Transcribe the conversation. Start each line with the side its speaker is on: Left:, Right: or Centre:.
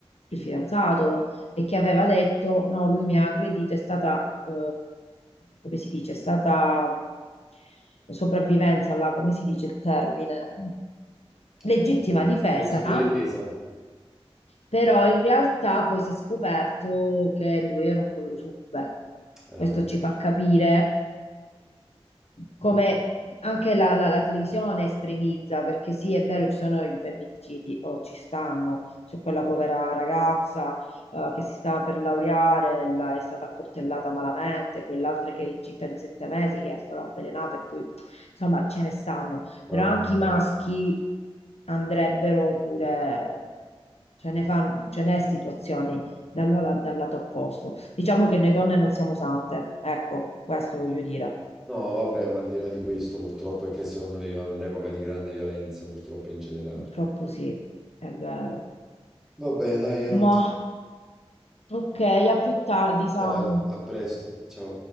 Left: il fidanzato e che aveva detto no, lui mi ha aggredito, è stata, eh, come si dice, è stata sopravvivenza, là, come si dice il termine, legittima
Centre: eh,
Left: difesa
Centre: legittima difesa.
Left: però in realtà poi si è scoperto che lui era un povero succube.
Centre: Eh.
Left: Questo ci fa capire come anche la, la- la televisione estremizza, perché sì, è vero, ci sono i femminicidi, o ci stanno, c'è quella povera ragazza eh, che si stava per laureare, la- è stata accoltellata malamente, quell'altra che era incinta di sette mesi, che è stata avvelenata, e poi insomma ce ne stanno
Centre: Mamma
Left: però anche
Centre: mia,
Left: i maschi
Centre: veramente.
Left: andrebbero pure, ce ne fan- ce n'è situazioni dal, la- dal lato opposto. Diciamo che noi donne non siamo sante, ecco, questo voglio dire.
Centre: No, vabbè, ma al di là di questo, purtroppo è che secondo me viviamo in un'epoca di grande violenza, purtroppo in generale.
Left: Purtroppo sì, è vero.
Centre: Va bene, dai, Ant.
Left: Ma ok, a più tardi, Samu.
Centre: Dai, a presto. Ciao.